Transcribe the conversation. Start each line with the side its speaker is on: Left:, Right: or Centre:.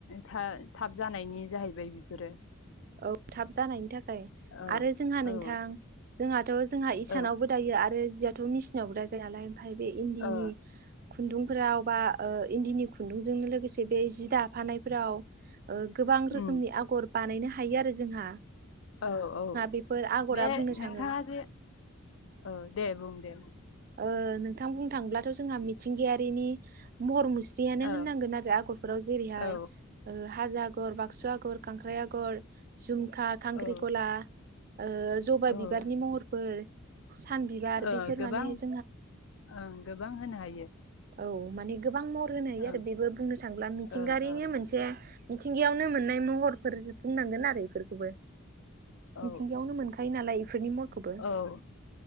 Left: था-थाब जानायनि जाहैबाय बेफोरो
Right: औ थाब जानायनि थाखाय
Left: औ
Right: आरो जोंहा नोंथां
Left: औ
Right: जोंहाथ' जोंहा इसानावबो
Left: ओ
Right: दायो आरो जि जियाथ' मिसिनावबो दाजायोनालाय ओमफ्राय बे इन्दिनि
Left: ओ
Right: खुन्दुंफोराव बा ओ इन्दिनि खुन्दुंजोंनो लोगोसे बे जि दाफानायफोराव ओ गोबां रोखोमनि
Left: उम
Right: आगर बानायनो हा थायो आरो जोंहा
Left: औ औ
Right: बेफोर आगरा
Left: बे
Right: बुंनो
Left: नोंथांङा
Right: थाङो
Left: जे औ दे बुं दे
Right: ओ नोंथां बुंनो थांङोब्लाथ' जोंहा मिथिंगायारिनि महर मु जियानो
Left: औ
Right: होननांगोन आरो आगरफोराव जेरैहाय
Left: औ
Right: हाजो आगर आगर बाक्सु आगर खांख्राइ आगर जु खा-खांख्रि
Left: औ
Right: खला ओ जबा
Left: औ
Right: बिबारनि महरफोर सान बिबार
Left: ओ
Right: बेफोर
Left: गोबां
Right: माने ज
Left: ओं गोबां होनो हायो
Right: औ माने गोबां महर होनो हायो
Left: ओं
Right: आरो बेबो बुंनो थाङोब्ला मिथिंगायारिनो
Left: ओ ओ
Right: मोनसे मिथिंगायावनो मोननाय महर फोरजोब बुंनांगोन आरो बेफोरखौबो
Left: औ
Right: मिथिंगायावनो मोनखायो नालाय इफोरनि महरखौबो
Left: औ